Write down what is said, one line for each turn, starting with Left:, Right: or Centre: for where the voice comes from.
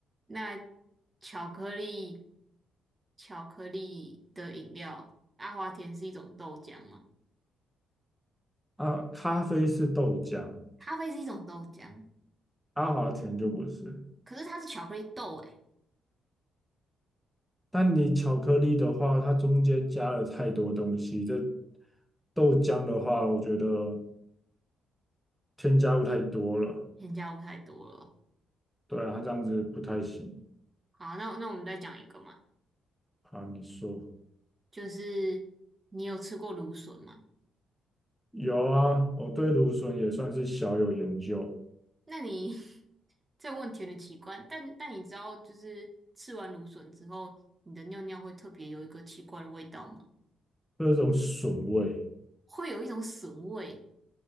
Right: 那巧克力巧克力的饮料，阿华田是一种豆浆吗？
Centre: 啊，咖啡是豆浆，
Right: 咖啡是一种豆浆，
Centre: 阿华田就不是。
Right: 可是它是巧克力豆诶、
Centre: 但你巧克力的话，它中间加了太多东西，这豆浆的话，我觉得添加物太多了，
Right: 添加物太多了哦。
Centre: 对啊，它这样子不太行。
Right: 好，那那我们再讲一个嘛，
Centre: 好，你说。
Right: 就是你有吃过芦笋吗？
Centre: 有啊，我对芦笋也算是小有研究。
Right: 那你 <laughs> 这个问题有点奇怪，但但你知道，就是吃完芦笋之后，你的尿尿会特别有一个奇怪的味道吗？
Centre: 这种笋味，
Right: 会有一种笋味，